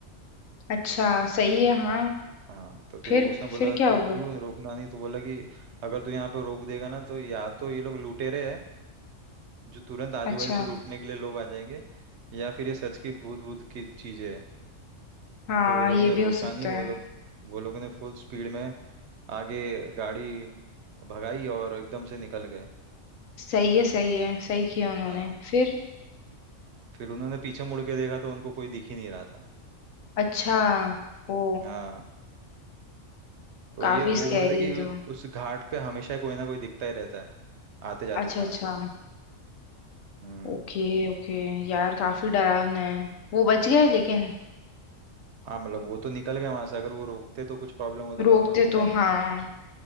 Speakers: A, on the left; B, on the right.
A: अच्छा सही है हाँ
B: हाँ तो फिर
A: फिर
B: वो उसने बोला
A: फिर क्या
B: कि
A: हुआ
B: क्यों रोकना नहीं तो बोला कि अगर तू यहाँ पर रोक देगा ना तो या तो ये लोग लुटेरे हैं जो तुरंत आजू
A: अच्छा
B: बाजू से लूटने के लिए लोग आ जाएंगे या फिर ये सच की भूत भूत की चीजें है
A: हाँ
B: तो वो लोगों
A: ये
B: ने
A: भी
B: रोका
A: हो सकता
B: नहीं वो
A: है
B: लोग वो लोगों ने फुल स्पीड में आगे गाड़ी भगाई और एकदम से निकल गए
A: सही है सही है सही किया उन्होंने
B: हाँ
A: फिर
B: फिर उन्होंने पीछे मुड़ के देखा तो उनको कोई दिख ही नहीं रहा था
A: अच्छा ओ
B: हाँ तो
A: काफी
B: ये वो
A: स्कैरी
B: बोल रहे थे
A: है तो
B: कि उस घाट पे हमेशा कोई ना कोई दिखता ही रहता है आते जाते
A: अच्छा
B: समय
A: अच्छा
B: हम्म
A: Okay okay यार काफी डरावना है वो बच गए लेकिन
B: हाँ मतलब वो तो निकल गए वहां से अगर वो रोकते तो कुछ प्रॉब्लम होता
A: रोकते
B: पर उन्होंने रोका
A: तो
B: ही नहीं
A: हाँ